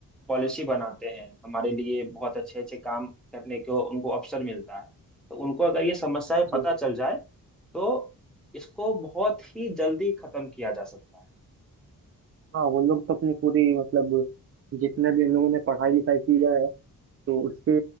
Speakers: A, in the centre; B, on the right.
A: पॉलिसी बनाते हैं हमारे लिए बहुत अच्छे अच्छे काम करने को उनको अवसर मिलता है तो उनको अगर ये समस्याएं
B: जी
A: पता चल जाए तो इसको बहुत ही जल्दी खत्म किया जा सकता है
B: हाँ वो लोग तो अपनी पूरी मतलब जितने भी उन लोगों ने पढ़ाई लिखाई की है तो उसके